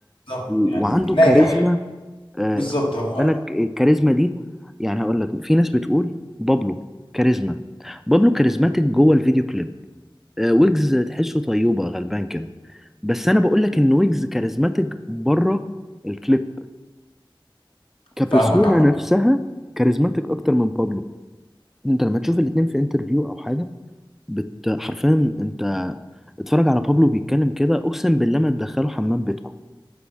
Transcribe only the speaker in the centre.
و...
وعنده
كاريزما آه،
بالك الكاريزما دي يعني هقول لك في ناس بتقول بابلو كاريزما بابلو كاريزماتيك جوه الفيديو كليب آه، ويجز تحسه طيوبة غلبان كده بس انا بقول لك ان ويجز كاريزماتيك بره الكليب كبرسونا
نفسها كاريزماتيك اكتر من بابلو انت لما تشوف الاتنين في انترفيو او حاجه بت... حرفيا انت اتفرج على بابلو بيتكلم كده اقسم بالله ما تدخله حمام بيتكم